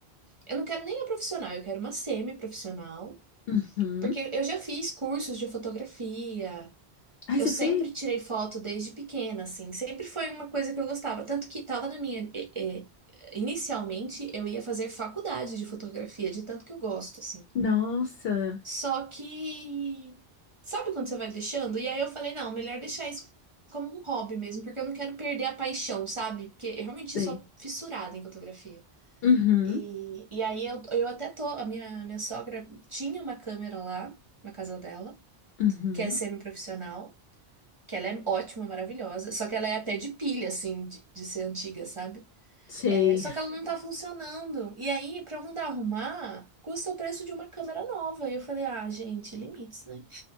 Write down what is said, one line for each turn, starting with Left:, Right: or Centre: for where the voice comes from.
Right: Eu não quero nem a profissional, eu quero uma semi-profissional.
Left: uhum.
Right: Porque eu já fiz cursos de fotografia,
Left: Ai,
Right: Eu
Left: você
Right: sempre
Left: fez?
Right: tirei foto desde pequena, assim, sempre foi uma coisa que eu gostava. Tanto que tava na minha. é, é, inicialmente eu ia fazer faculdade de fotografia, de tanto que eu gosto, assim.
Left: Nossa,
Right: Só que. Sabe quando você vai deixando? E aí eu falei, não, melhor deixar isso como um hobby mesmo, porque eu não quero perder a paixão, sabe? Porque eu realmente
Left: sei.
Right: sou fissurada em fotografia.
Left: Uhum,
Right: E, e aí eu, eu até tô. A minha, minha sogra tinha uma câmera lá, na casa dela,
Left: uhum.
Right: que é semi-profissional que ela é ótima, maravilhosa, só que ela é até de pilha, assim, de, de ser antiga, sabe?
Left: Sei.
Right: É, só que ela não tá funcionando. E aí, pra eu mandar arrumar, custa o preço de uma câmera nova. E eu falei, ah, gente, limites, né?